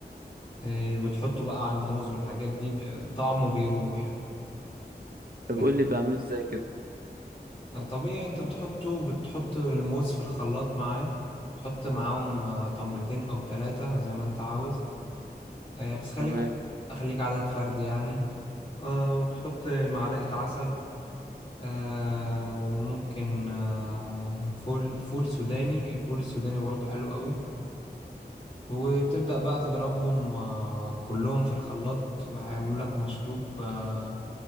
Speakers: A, on the left; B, on the right.
A: آه، بتحطه بقى على الموز والحاجات دي ب- طعمه بيروح
B: طب
A: لكن
B: قول لي بعمله ازاي كده
A: طبيعي انت بتحطه بتحط الموز في الخلاط معاه تحط معاهم آه، تمرتين او ثلاثة زي ما انت عاوز آه، بس خليك
B: تمام
A: خليك عدد فرد يعني آه، وبتحط معلقة عسل آه، وممكن آه، فول فول سوداني الفول السوداني برضو حلو قوي وبتبدأ بقى تضربهم آه، كلهم في الخلاط هيعملوا لك مشروب اه